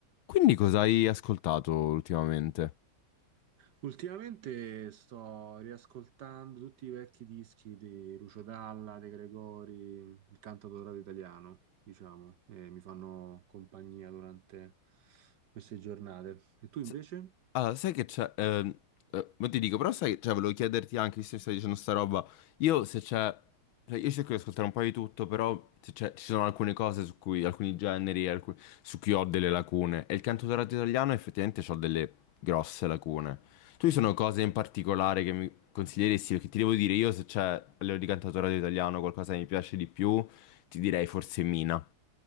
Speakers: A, on the left; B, on the right.
A: Quindi cosa hai ascoltato ultimamente?
B: Ultimamente sto riascoltando tutti i vecchi dischi di Lucio Dalla, De Gregori, il canto dorato italiano, diciamo, e mi fanno compagnia durante queste giornate. E tu invece?
A: S- Allora, sai che c'è... ehm, eh, ma ti dico, però sai, cioè, volevo chiederti anche, visto che stai dicendo sta roba, io se c'è... cioè, io cerco di ascoltare un po' di tutto, però se c'è- ci sono alcune cose su cui, alcuni generi alcu- su cui ho delle lacune. E il cantautorato italiano effettivamente ho delle grosse lacune. Tu ci sono cose in particolare che mi consiglieresti? Perché ti devo dire, io se c'è a livello di cantautorato italiano qualcosa che mi piace di più, ti direi forse Mina.